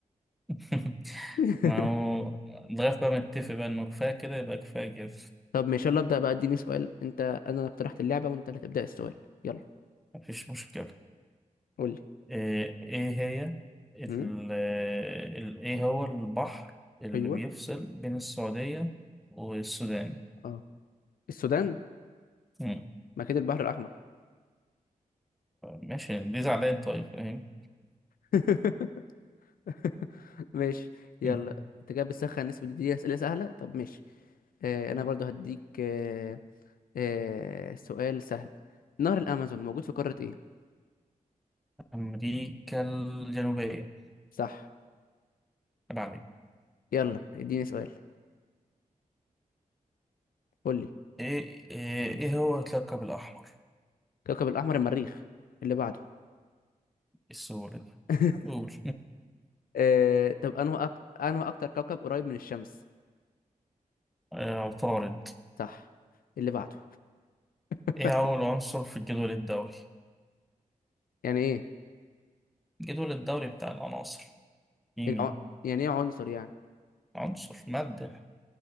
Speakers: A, in the centre; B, on the left.
A: <laughs>
B: <laughs>
A: ما هو لغاية بقى متفق بقى إنه كفاية كده يبقى كفايه كده
B: طب ماشي يلا ابدا بقى اديني سؤال انت انا اللي اقترحت اللعبه وانت اللي تبدا السؤال يلا
A: مفيش مشكلة
B: قول لي
A: ايه إيه هي ال...
B: هم؟
A: ال... ايه هو البحر اللي
B: ايوه
A: بيفصل بين السعودية والسودان
B: اه السودان
A: مم.
B: ما كده البحر الاحمر
A: ماشي دي زعلان طيب فاهم
B: <laughs> <laughs> ماشي يلا
A: <laughs>
B: انت كده بتسخن نسبة دي أسئلة سهلة طب ماشي آه انا برضو هديك آه آه سؤال سهل نهر الأمازون موجود في قارة ايه
A: أمريكا الجنوبية
B: صح
A: تبع مين؟
B: يلا اديني سؤال قول لي
A: إيه إيه إيه هو الكوكب الأحمر؟
B: كوكب الأحمر المريخ اللي بعده
A: السهولة دي
B: <laughs>
A: قول
B: آه طب انه أك... انه اكتر كوكب قريب من الشمس
A: <laughs> آه، عطارد
B: صح اللي بعده <laughs>
A: إيه أول عنصر في الجدول الدوري؟
B: يعني ايه
A: الجدول الدوري بتاع العناصر كيمياء
B: الع... يعني ايه عنصر يعني
A: عنصر مادة